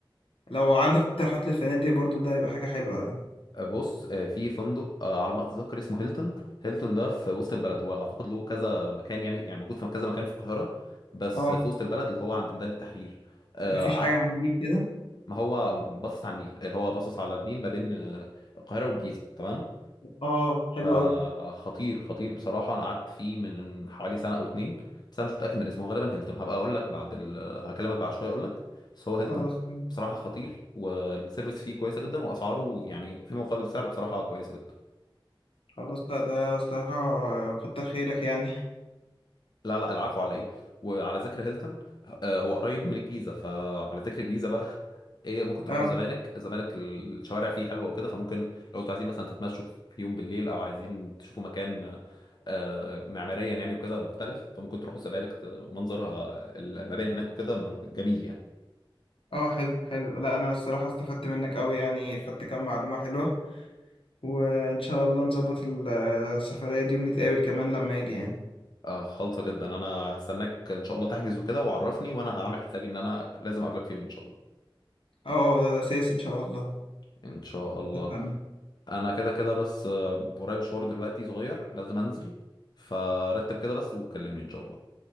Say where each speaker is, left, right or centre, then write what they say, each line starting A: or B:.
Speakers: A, on the left; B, on the left.
A: لو عندك اقتراحات للفنادق برضو ده هيبقى حاجة حلوة يعني
B: بص آه، في فندق آه، على ما اتذكر اسمه هيلتون هيلتون ده في وسط البلد هو اعتقد له كذا مكان يعني يعني موجود في كذا مكان في القاهره بس
A: اه
B: في وسط البلد اللي هو عند ميدان التحرير آه،
A: مفيش
B: قعدت
A: حاجة على النيل كده
B: ما هو باصص على النيل اللي هو باصص على النيل ما بين آه، القاهره والجيزه تمام
A: اه حلو
B: فخطير
A: أوي
B: خطير بصراحه انا قعدت فيه من حوالي سنه او اتنين بس انا مش متاكد من اسمه غالبا هيلتون هبقى اقول لك بعد ال... هكلمك بعد شويه اقول لك بس هو هيلتون
A: خلاص مم.
B: بصراحه خطير والسيرفيس فيه كويسه جدا واسعاره يعني قيمه مقابل سعر بصراحه كويسه جدا
A: خلاص لا ده الصراحة آه، كتر خيرك يعني
B: لا لا العفو على ايه وعلى ذكر هيلتون آه، هو قريب من الجيزه فعلى ذكر الجيزه بقى <laughs> ايه ممكن تروحوا
A: <laughs> اه
B: الزمالك الزمالك الشوارع فيه حلوه وكده فممكن لو انتوا عايزين مثلا تتمشوا في يوم بالليل او عايزين تشوفوا مكان آه، معماريا يعني وكده مختلف فممكن تروحوا الزمالك ت- منظرها المباني هناك وكده من- جميل يعني
A: اه حلو حلو لا أنا الصراحة استفدت منك أوي يعني خدت كام معلومة حلوة وإن شاء الله نظبط ال- السفرية دي ونتقابل كمان لما يجي يعني
B: آه، خالصه جدا انا هستناك ان شاء الله تحجز وكده وعرفني وانا هعمل حسابي ان انا لازم اقابلك في يوم ان شاء الله
A: اه ده, ده أساسي إن شاء الله
B: ان شاء
A: اتفقنا
B: الله انا كده كده بس آه، ورايا مشوار دلوقتي صغير لازم انزل فرتب كده بس وكلمني ان شاء الله